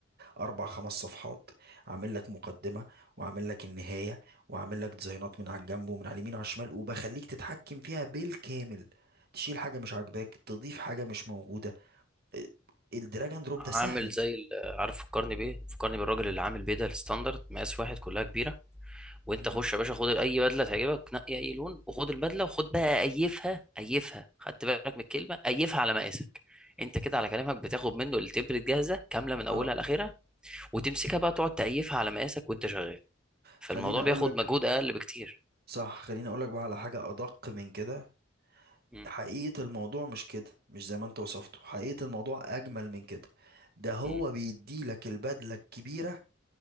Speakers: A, on the right; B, in the centre.
A: اربع خمس صفحات عامل لك مقدمه وعامل لك النهايه وعامل لك ديزاينات من على الجنب ومن على اليمين وعلى الشمال وبخليك تتحكم فيها بالكامل تشيل حاجه مش عاجباك تضيف حاجه مش موجوده آه، الدراج اند دروب
B: عامل
A: ده سهل
B: زي ال- عارف فكرني بايه فكرني بالراجل اللي عامل بيه ده الستاندرد مقاس واحد كلها كبيرة وانت
A: مم.
B: خش يا باشا خد اي بدله تعجبك نقي اي لون وخد البدله وخد بقى ايفها ايفها خدت بالك من الكلمه ايفها على مقاسك انت كده على كلامك بتاخد منه التبرة جاهزه كامله من اولها
A: اه
B: لاخرها وتمسكها بقى تقعد تأيفها على مقاسك وانت شغال فالموضوع
A: خليني اقول
B: بياخد
A: لك
B: مجهود اقل بكتير
A: صح خليني اقول لك بقى على حاجه ادق من كده
B: مم.
A: حقيقه الموضوع مش كده مش زي ما انت وصفته حقيقه الموضوع اجمل من كده ده هو
B: مم.
A: بيدي لك البدله الكبيره